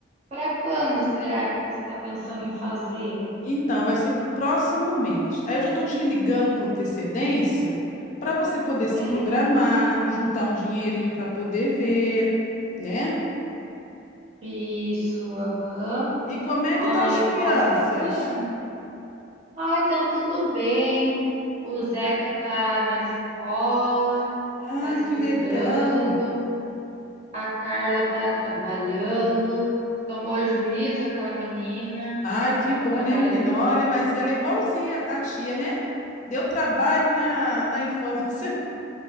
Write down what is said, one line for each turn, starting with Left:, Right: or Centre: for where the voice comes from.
Right: para quando será que você está pensando em fazer?
Left: Então, vai ser para o próximo mês. Aí eu já estou te ligando com antecedência para você poder se
Right: Uhum.
Left: programar, juntar um dinheirinho para poder ver, né?
Right: Isso, aham.
Left: E como é
Right: Olha,
Left: que tá as
Right: eu
Left: crianças?
Right: posso estar vendo. Ah, então tudo bem. O Zeca tá na escola,
Left: Ah,
Right: tá estudando,
Left: que legal.
Right: a Carla tá trabalhando, tomou juízo aquela menina,
Left: Ai, que
Right: tá
Left: bom,
Right: trabalhando.
Left: né, menina? Olha, mas ela é igualzinha à tia, né? Deu trabalho na, na infância.